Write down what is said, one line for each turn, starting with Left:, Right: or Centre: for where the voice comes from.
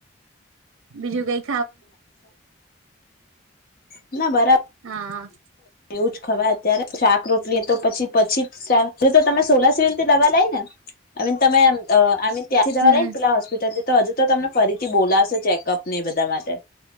Right: બીજું કંઈક
Left: <inaudible> ના બરા
Right: હા.
Left: એવું જ ખવાય અત્યારે, શાક રોટલી તો એ પછી-પછી જ શાક, જો તો તમે <unintelligible> સિવિલથી દવા લાઈ ને? આઈ મીન તમે અહ આઈ મીન ત્યાંથી દવા
Right: હમ
Left: લાઈન પેલા હોસ્પિટલે તો હજુ તો તમને ફરીથી બોલાવશે ચેકઅપ ને એ બધા માટે.